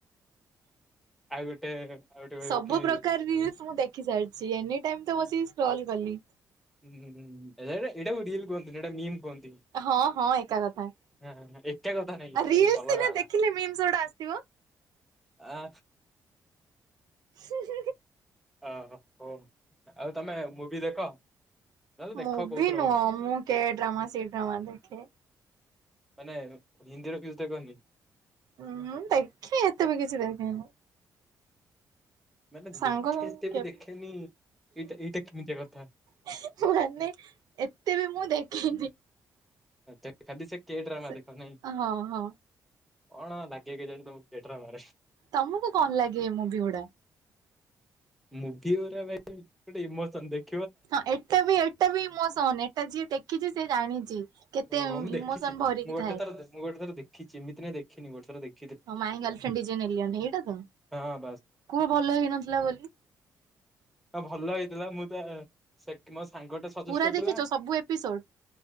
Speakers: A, in the centre; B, on the right.
A: ଆଉ ଗୋଟେ ଆଉ ଗୋଟେ କହିବ
B: ସବୁ
A: କି
B: ପ୍ରକାର ରିଲ୍ସ ମୁଁ ଦେଖି ଦେଖି ସାରିଛି ଏନି ଟାଇମ୍ ତ ବସିକି ସ୍କ୍ରୋଲ୍ କଲି।
A: ହୁଁ ଏଟା ଏଇଟା କୁ ରିିଲ୍ କୁହନ୍ତିନ ଏଇଟା ମିମ୍ କୁହନ୍ତି।
B: ହଁ ହଁ ଏକା କଥା।
A: ହଁ ଏକା କଥା ନାଇ ବା
B: ରିଲସ
A: ଅଲଗା
B: ସିନା
A: ହେଲା
B: ଦେଖିଲେ ମିମ୍ସ ଗୁଡା ଆସିବ।
A: ଆ
B: <inaudible>
A: ହ ହୋଉ ଆଉ ତମେ ମୁଭି ଦେଖ। ନହେଲେ ଦେଖ
B: ମୂଭି
A: କୋଉଥିର
B: ନୁହଁ ମୁଁ କେ ଡ୍ରାମା ସେ ଡ୍ରାମା ଦେଖେ।
A: ମାନେ ହିନ୍ଦୀର କିଛି ଦେଖନି।
B: ହୁଁ ଦେଖେ ଏତେ ବି କିଛି ଦେଖେନି।
A: ମାନେ
B: ସାଙ୍ଗ
A: ଦେଖେ ଏତେ
B: କେବେ
A: ବି ଦେଖେନି ଏଇଟା ଏଇଟା କିମିତିଆ କଥା।
B: <unintelligible> ମାନେ ଏତେ ବି ମୁଁ ଦେଖେନି।
A: ଆଛ ଖାଲି ସେ କେ ଡ୍ରାମା
B: ସେ
A: ଦେଖ ନାଇଁ।
B: ହଁ ହଁ
A: କଣ ଲାଗେ କେଜାଣି ତମକୁ କେ ଡ୍ରାମାରେ।
B: ତମକୁ କଣ ଲାଗେ ଏ ମୁଭି ଗୁଡ଼ା।
A: ମୁଖିଆରାମେ ଇମୋସନ ଟେ
B: ହଁ ଏଟା ବି ଏଟା ବି ଇମୋସନ ଏଟା ଯିଏ ଦେଖିଛି ସିଏ ଜାଣିଛି। କେତେ
A: ଓହୋ ମୁଁ ଦେଖିଛି
B: ଇମୋସନ ଭରିକି
A: ମୁଁ ଗୋଟେଥର
B: ଥାଏ।
A: ମୁଁ ଗୋଟେ ଥରଖିଛି ଏମତି ନାଇଁ ଦେଖିନି ଗୋଟେ ଥର ଦେଖି
B: ହଁ my girlfriend is an alien ଏଇଟା ତ
A: ହଁ
B: କୁହ ଭଲ ହେଇନଥିଲା ବୋଲି।
A: ହଁ ଭଲ ହେଇଥିଲା ମୁଁ ତ ସେ ମୋ ସାଙ୍ଗଟା। ସଜେଷ୍ଟ
B: ପୁରା
A: କରିଥିଲା
B: ଦେଖିଛ ସବୁ ଏପିସୋଡ଼୍।